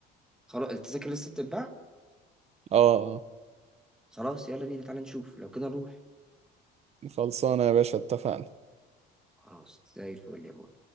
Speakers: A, in the centre; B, on the right (about 35°).
A: خلاص التذاكر لسه بتتباع
B: اه آه.
A: خلاص يلا بينا تعالى نشوف لو كده نروح
B: خلصانة يا باشا اتفقنا
A: خلاص زي الفل يا بابا